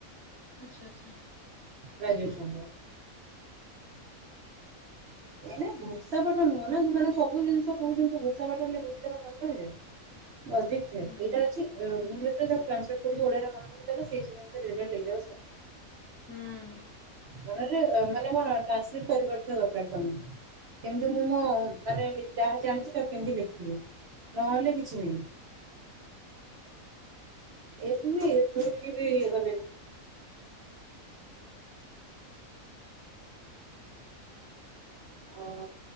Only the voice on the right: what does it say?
ଗ୍ରାଜୁଏସନ ର। ଏ ଘୋଷା ପାଠ ନୁହଁ ନା ମାନେ ସବୁ ଜିନିଷ କୋଉ ଜିନିଷ ଘୋଷା ପାଠ ହେଲେ ଘୋଷିଦେଲେ ମନେରହେ। ଲଜିକ ଥାଏ
ଏଇଟା ଅଛି ଅ ଇଙ୍ଗ ଟ୍ରାନ୍ସଲେଟ କରି ଓଡ଼ିଆରେ ମନେରଖି ଦେଲ ସେଇଟା ଲେଖି ଦବ ସରିଲା।
ମ ମାନେ କଣ ଟ୍ରାନ୍ସଲେଟ କରିପାରୁଥିବା ଦରକାର ତମେ। କେମିତି ମୁଁ ମୋ ମାନେ ଯାହା ଜାଣିଛି ତାକୁ କେମିତି ଲେଖିବି। ନହେଲେ କିଛି ନାହିଁ। ଏଇ ଠୁବି ଯୋଉଠିକି ଗଲେ ବି। ହଉ।